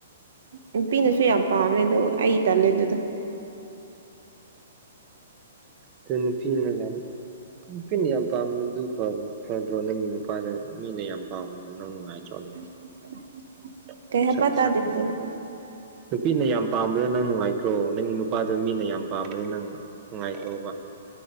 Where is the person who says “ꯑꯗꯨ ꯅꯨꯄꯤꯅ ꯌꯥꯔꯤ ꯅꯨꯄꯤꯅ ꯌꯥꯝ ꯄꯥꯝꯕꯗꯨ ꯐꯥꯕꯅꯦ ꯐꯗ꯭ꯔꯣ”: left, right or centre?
Right